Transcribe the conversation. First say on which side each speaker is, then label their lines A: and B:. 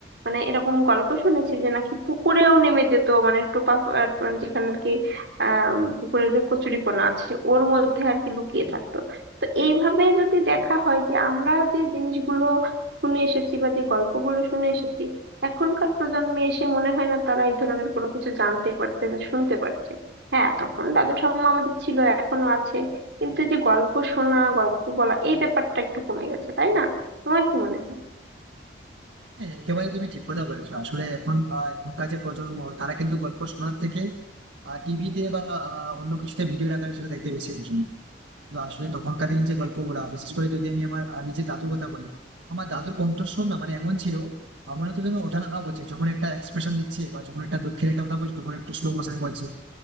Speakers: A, on the right; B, on the right.
A: মানে এরকম গল্প শুনেছি যে নাকি পুকুরেও নেমে যেত মানে টোপা আহ, মানে যেখানে আর কি আহ পুকুরের যে কচুরিপানা আছে ওর মধ্যে আর কি লুকিয়ে থাকতো তো এইভাবে যদি দেখা হয় যে আমরা যে জিনিসগুলো শুনে এসেছি বা যে গল্পগুলো শুনে এসেছি এখনকার প্রজন্মে এসে মনে হয় না তারা এই ধরনের কোনো কিছু জানতে পারছে না শুনতে পারছে হ্যাঁ তখন দাদু ঠাম্মা আমাদের ছিল এখনো আছে কিন্তু এই যে গল্প শোনা গল্প বলা এই ব্যাপারটা একটু কমে গেছে তাই না তোমার কি মনে হয়
B: হ্যাঁ একেবারে তুমি ঠিক কথা বলেছো আসলে এখন আহ, এখনকার যে প্রজন্ম তারা কিন্তু গল্প শোনার থেকে টিভিতে বা আহ, অন্য কিছুতে ভিডিও আকারে সেটা দেখতে বেশি পছন্দ তো আসলে তখনকার দিনের যে গল্পগুলা বিশেষ করে যদি আমি আমার আহ, নিজের দাদুর কথা বলি আমার দাদুর কণ্ঠস্বর না মানে এমন ছিল আমার তো যেন ওঠা নামা করছে যখন একটা এক্সপ্রেশন দিচ্ছে বা যখন একটা দুঃখের একটা কথা বলছে তখন একটু স্লো মোশনে বলছে